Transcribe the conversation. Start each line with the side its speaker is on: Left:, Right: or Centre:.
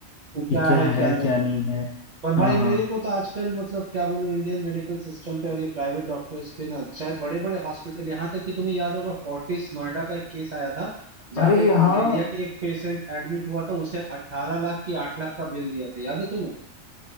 Left: कि
Right: क्या
Left: क्या
Right: है क्या
Left: है
Right: नहीं
Left: क्या नहीं है
Right: पर भाई
Left: हाँ हाँ
Right: मेरे को तो आजकल मतलब क्या बोलूं इंडियन मेडिकल सिस्टम पे और ये प्राइवेट डॉक्टर्स पे ना चाहे बड़े बड़े हॉस्पिटल यहाँ तक कि तुम्हें याद होगा फोर्टिस नोएडा का एक केस आया था जहाँ
Left: अरे
Right: पे एक
Left: हाँ
Right: मलेरिया के एक पेशेंट एडमिट हुआ था उसे अट्ठारह लाख की आठ लाख का बिल दिया था याद है तुम्हें